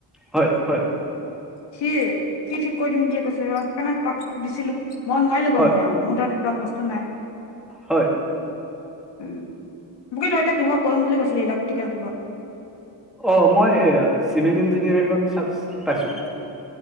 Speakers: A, in the centre; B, on the left.
A: হয়, হয়।
B: সি, সি ঠিক কৰি দিম বুলি কৈছিলে, সেইকাণে তাক তোক দিছিলোঁ। মই নোৱাৰিলোঁ
A: হয়
B: গৈ মানে আৰু, মোৰ তাত এইবিলাক বস্তু নাই।
A: হয়।
B: উম, বাকী তই এতিয়া কিবা কৰিম বুলি কৈছিলি ইলেক্ট্ৰিকেল কিবা।
A: অ' মই এয়া চিভিল ইঞ্জিনিয়াৰিঙত চাঞ্চ পাইছোঁ।